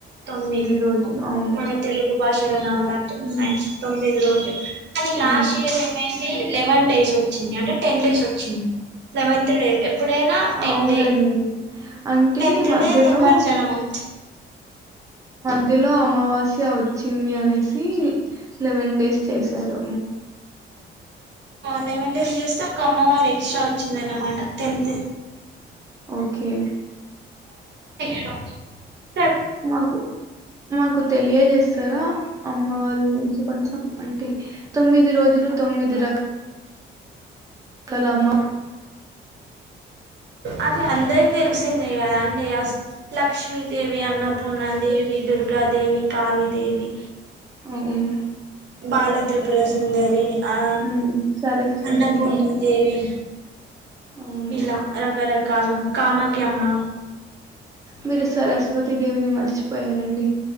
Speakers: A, on the right; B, on the right.
A: తొమ్మిది
B: రోజులు అవును
A: మన తెలుగు భాషలో నవరాత్రి
B: ఉమ్
A: నైన్ తొమ్మిది రోజు కని లాష్
B: ఉమ్
A: ఇయర్ ఏమైన్ ఎ లెవెన్ డేస్ వచ్చింది అంటే టెన్ డేసు లెవంత్ డే ఎప్పుడైనా టెన్
B: అవునండి
A: డే
B: అంటే
A: టెన్త్
B: మధ్యలో
A: డే నిమ్మర్జనమ అవుతుంది
B: మధ్యలో అమావాస్య వచ్చింది అనేసి లెవెన్ డేస్ చేశారు
A: లెవెన్ టె చేస్తే ఒక అమ్మ వారి ఎక్స్ట్రా వచ్చిందన్ననమాట టెన్త్
B: ఓకే
A: షాప్
B: మాకు మాకు తెలియజేస్తారా అమ్మ వాళ్ళ గురించి కొంచెం అంటే తొమ్మిది రోజులు తొమ్మిది రకాలు కలామా
A: అది అందరికి తెలిసిందే కదా అస్ లక్ష్మీ దేవి అన్న పూర్న దేవి దుర్గాదేవి కాళిదేవి
B: అవును
A: బాల త్రిపుర సుందరి ఆ
B: ఉమ్ సరస్వతి
A: అన్నపూర్ణదేవి
B: దేవి అవును
A: ఇలా రకరకాలు కామాకి అమ్మ
B: మీరు సరస్వతీ దేవిని మర్చిపోయారండి